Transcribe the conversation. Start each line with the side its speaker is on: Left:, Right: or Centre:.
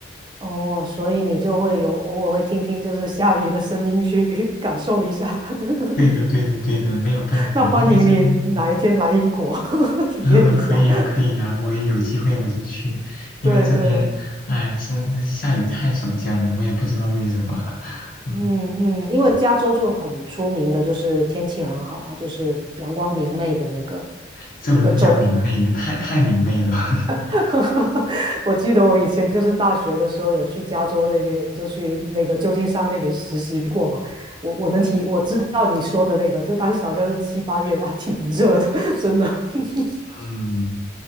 Right: 哦，所以你就会有偶尔会听听就是下雨的声音去 <laughs> 感受一下。<laughs>
Left: 对的，对的，对的，没有办法，
Right: 那欢迎你哪一天来英国
Left: 因为这边，<laughs>
Right: <laughs> 体验一下。
Left: 呃，可以呀，可以呀，我也有机会我就去，因为这边，
Right: <laughs> 对对，
Left: 哎，这这下雨太少见了，我也不知道为什么，<laughs> 嗯，
Right: 嗯嗯，因为加州就很出名的就是天气很好嘛，就是阳光明媚的那个
Left: 这不能叫明媚，
Right: 一个州
Left: 太太明媚了，<laughs>
Right: <laughs> 我记得我以前就是大学的时候有去加州那边，就去那个旧金山那边实习过嘛。我我能体我知道你说的那个，就当时好像是七八月吧，挺热的，<laughs> 真的。<laughs>
Left: 嗯，